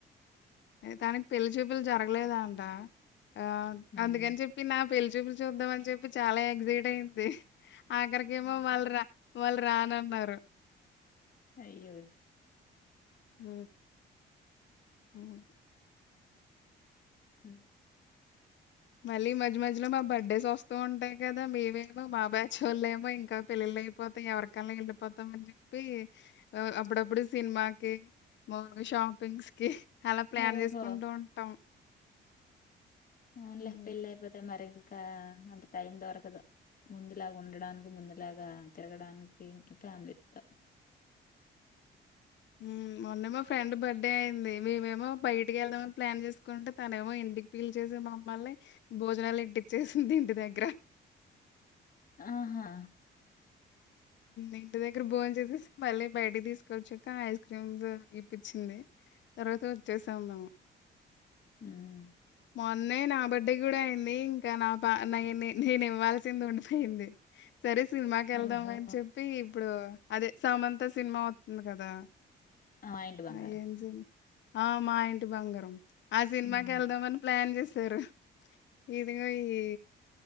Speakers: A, on the left; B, on the left.
A: తనకి పెళ్లి చూపులు జరగలేదా అంట ఆ
B: హ్మ్.
A: అందుకని చెప్పి నా పెళ్లిచూపులు చూద్దాం అని చెప్పి చాలా ఎగ్జైట్ అయింది ఆఖరికి ఏమో వాళ్ళు రా వాళ్ళు రానన్నారు
B: అయ్యో
A: ఉమ్ మ్మ్
B: ఉ
A: మళ్ళీ మధ్య మధ్యలో మా బర్త్డేస్ వస్తూ ఉంటాయి కదా మేమేమో మా బ్యాచ్ వాళ్ళ ఏమో ఇంకా పెళ్ళిళ ళ్లిలు అయిపోతాం ఎవరికల్న్ వెళ్ళిపోతాం అని చెప్పి అప్పుడప్పుడు సినిమాకి మాముల్గా షాపింగ్స్ కి అలా ప్లాన్
B: ఓహో
A: చేసుకుంటూ ఉంటాం
B: అవున్లే
A: హ్మ్.
B: పెళ్లి అయిపోతే మరి ఇంకా అంత టైం దొరకదు ముందులాగా ఉండడానికి ముందులాగా తిరగడానికి ఫ్యామిలీతో
A: ఉమ్ మొన్న ఫ్రెండ్ బర్త్డే అయ్యింది మేమేమో బయటకి వెళ్దామని ప్లాన్ చేసుకుంటే తన ఏమో ఇంట్ ఇంటికి పీల్చేసి మమ్మల్ని భోజనాలు ఎట్టిచ్చేసింది ఇంటి దగ్గర
B: ఆహా
A: ఇంటి దగ్గర బోంచేసేసి మళ్ళీ బయటికి తీసుకొచ్చాక ఐస్ క్రీమ్స్ ఇప్పిచ్చింది తర్వాత వచ్చేసాం మేము
B: ఉమ్
A: మొన్న నా బర్డే కూడా అయింది ఇంకా నా పా నా నేను ఇవ్వాల్సింది ఉండిపోయింది సరే సినిమాకి వెళ్దాం
B: ఓహో
A: అని చెప్పి ఇప్పుడు అదే సమంత సినిమా వత్తంది కదా
B: మాయింటి బంగారం
A: ఆ! ఏం సినిమా ఆ మా ఇంటి బంగారం ఆ సినిమాకి
B: ఉమ్
A: వెళ్దామని ప్లాన్ చేస్ సరే ఇదింగా ఈ